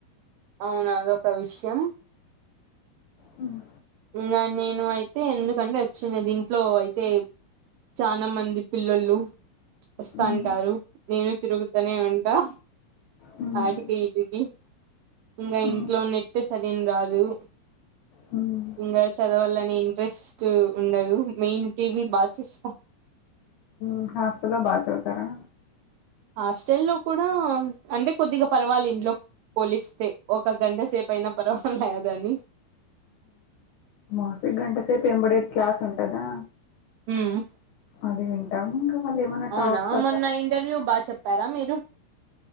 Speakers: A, on the right (about 85°); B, on the left (about 80°).
A: అవును అదొక విషయం
B: హ్మ్.
A: ఇంకా నేను అయితే ఎందుకంటే వచ్చింది ఇది ఇంట్లో అయితే చానామంది పిల్లలు వస్తాంటారు,
B: హ్మ్.
A: నేను తిరుగుతూనే ఉంటా
B: హ్మ్.
A: ఆటికి ఈటికి ఇంకా
B: హ్మ్.
A: ఇంట్లో నెట్ సరింగా రాదు
B: హ్మ్.
A: ఇంకా చదవాలనే ఇంట్రెస్ట్ ఉండదు మెయిన్ టీవీ బాగా చూస్తా
B: ఇంకా హాస్టల్లో బాగా చదువుతారా
A: హాస్టల్ లో కూడా అంటే కొద్దిగా పర్వాలే ఇంట్లో పోలిస్తే ఒక గంటసేపు అయినా పర్వాలేదని
B: ఒకగంట సేపు ఎంబడే క్లాస్ ఉంటదా
A: ఉమ్మ్
B: అది వింటాము ఇంకా వాళ్ళు ఏమన్నా
A: అవునా
B: టాప్ <unintelligible>
A: మొన్న ఇంటర్వ్యూ బాగా చెప్పారా మీరు